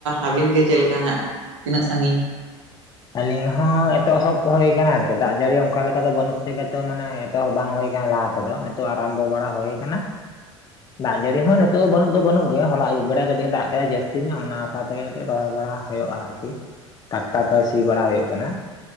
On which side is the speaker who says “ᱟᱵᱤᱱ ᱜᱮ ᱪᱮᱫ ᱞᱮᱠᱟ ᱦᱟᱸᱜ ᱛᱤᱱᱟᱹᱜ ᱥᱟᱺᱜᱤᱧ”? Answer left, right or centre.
Right